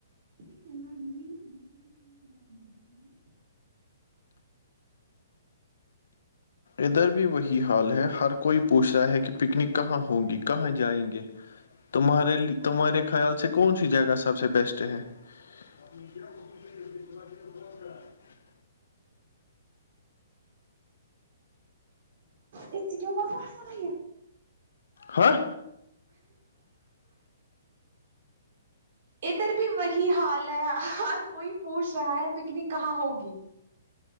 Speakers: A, on the right; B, on the left.
A: <unintelligible> پھول ڈال دیتی ہوں.
B: ادھر بھی وہی حال ہے ہر کوئی پوچھ رہا ہے کہ پکنک کہاں ہوں گی کہاں جائیں گے تمہارے تمہارے خیال سے کونسی جگہ سب سے بیسٹ ہے <unintelligible>
A: اس سے کیوں بہت <unintelligible>
B: ہاں
A: ادھر بھی وہی حال ہے ہر کوئی پوچھ رہا ہے پکنک کہاں ہوگی